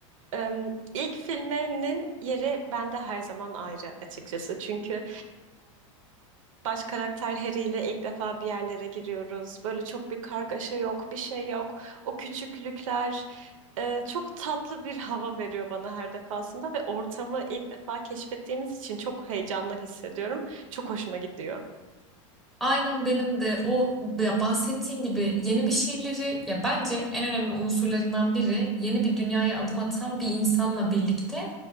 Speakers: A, on the right; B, in the centre.
A: Em, İlk filminin yeri bende her zaman ayrı açıkçası. Çünkü baş karakter Harry ile ilk defa bir yerlere giriyoruz. Böyle çok bir kargaşa yok, bir şey yok. O küçüklükler e, çok tatlı bir hava veriyor bana her defasında ve ortamı ilk defa keşfettiğimiz için çok heyecanlı hissediyorum. Çok hoşuma gidiyor.
B: Aynen benim de o ya bahsettiğin gibi yeni bir şeyleri ya bence en önemli unsurlarından biri yeni bir dünyaya adım atan bir insanla birlikte